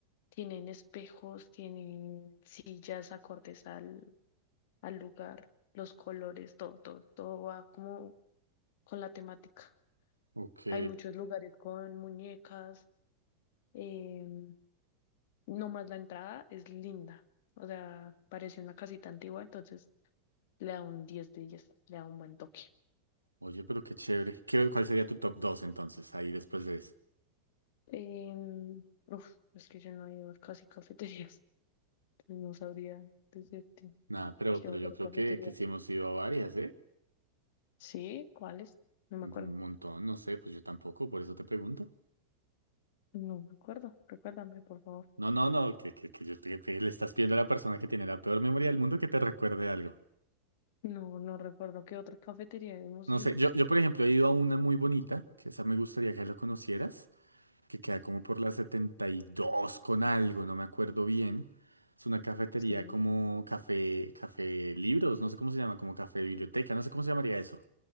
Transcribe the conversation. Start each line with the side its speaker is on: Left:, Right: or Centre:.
Left: tienen espejos, tienen sillas acordes al, al lugar, los colores, todo, todo, todo va como con la temática.
Right: Ok.
Left: Hay muchos lugares con muñecas, em, nomás la entrada es linda. O sea, parece una casita antigua, entonces le da un 10 de 10, le da un buen toque.
Right: Oye, pero qué chévere. ¿Qué- cuál sería tu top 2 entonces, ahí después de ese?
Left: Em, uf, es que yo no he ido a casi cafeterías, <laughs> entonces no sabría decirte
Right: Nada, pero,
Left: qué
Right: pero
Left: otra
Right: yo creo
Left: cafetería.
Right: que, que sí hemos ido a varias, ¿eh?
Left: Sí, ¿cuáles? No me
Right: Un
Left: acuerdo.
Right: montón, no sé, pues yo tampoco, por eso te pregunto.
Left: No me acuerdo. Recuérdame, por favor.
Right: No, no, no, que, que, que yo te- que le estás pidiendo a la persona que tiene la peor memoria del mundo que te recuerde algo.
Left: No, no recuerdo qué otra cafetería hemos
Right: No
Left: ido.
Right: sé, yo, yo por ejemplo he ido a una muy bonita, que esa me gustaría que lo conocieras, que queda como por la 72 con algo, no me acuerdo bien. Es una cafetería
Left: Sí.
Right: como café, café libros, no sé cómo se llama, como café biblioteca, no sé cómo se llamaría eso.